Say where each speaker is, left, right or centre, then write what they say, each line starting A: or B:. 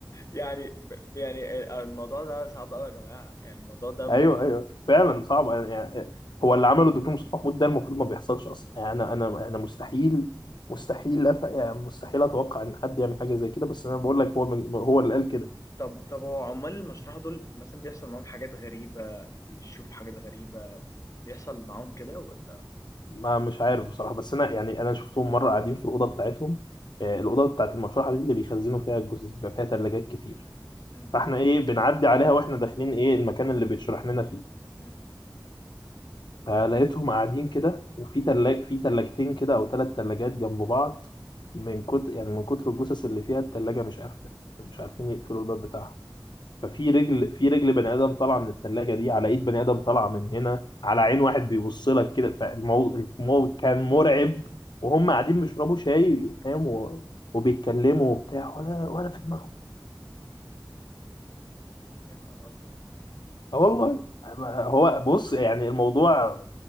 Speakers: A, on the left; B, on the left.
A: يعني يعني الموضوع ده صعب قوي يا جماعه يعني الموضوع ده
B: ايوه ايوه فعلا صعب أنا- يعني هو اللي عمله الدكتور مصطفى محمود ده المفروض ما بيحصلش اصلا يعني انا انا انا مستحيل مستحيل أف... يعني مستحيل اتوقع ان حد يعمل حاجه زي كده بس انا بقول لك هو من... هو اللي قال كده
A: طب طب هو عمال المشرحة دول مثلا بيحصل معاهم حاجات غريبة بيشوفوا حاجات غريبة بيحصل معاهم كده ولا
B: ما مش عارف بصراحة بس أنا يعني أنا شفتهم مرة قاعدين في الأوضة بتاعتهم آه، الأوضة بتاعت المشرحة دي اللي بيخزنوا فيها الجثث بيبقى فيها تلاجات
A: مم.
B: كتير
A: مم.
B: فاحنا إيه بنعدي عليها وإحنا داخلين إيه المكان اللي بيتشرح لنا فيه
A: مم.
B: فلقيتهم قاعدين كده وفي تلاج في تلاجتين كده أو ثلاث تلاجات جنب بعض من كتر يعني من كتر الجثث اللي فيها التلاجة مش قافلة مش عارفين يقفلوا الباب بتاعها ففي رجل في رجل بني ادم طالعه من الثلاجه دي على ايد بني ادم طالعه من هنا على عين واحد بيبص لك كده فالموضوع الموضوع كان مرعب وهم قاعدين بيشربوا شاي فاهم و- وبيتكلموا وبتاع ولا ولا في دماغهم
A: يا نهار أبيض
B: اه والله ما- هو بص يعني الموضوع